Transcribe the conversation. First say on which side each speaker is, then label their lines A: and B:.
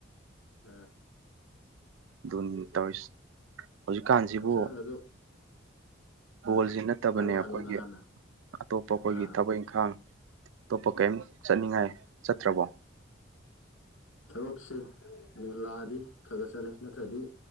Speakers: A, on the left; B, on the right.
A: ꯑ
B: ꯗꯨꯅꯤ ꯇꯧꯔꯤꯁ ꯍꯧꯖꯤꯛꯀꯥꯟꯖꯤꯕꯨ
A: ꯍꯛꯆꯥꯡ ꯑꯗꯨ
B: ꯕꯣꯜꯁꯤ
A: ꯑꯥ
B: ꯅꯠꯇꯕꯅꯦ
A: ꯍꯥꯏꯔꯣ
B: ꯑꯩꯈꯣꯏꯒꯤ
A: ꯍꯥꯏꯔꯣ ꯅꯪ ꯍꯥꯟꯅ
B: ꯑꯇꯣꯞꯄ ꯑꯩꯈꯣꯏꯒꯤ
A: ꯑꯥ
B: ꯊꯕꯛ ꯏꯪꯈꯥꯡ ꯑꯇꯣꯞꯄ ꯀꯩꯌꯥꯝ ꯆꯠꯅꯤꯡꯉꯥꯏ ꯆꯠꯇ꯭ꯔꯕꯣ
A: ꯊꯕꯛꯁꯦ ꯂꯥꯛꯑꯗꯤ ꯈꯈꯥ ꯆꯠꯂꯦ ꯅꯠꯇ꯭ꯔꯗꯤ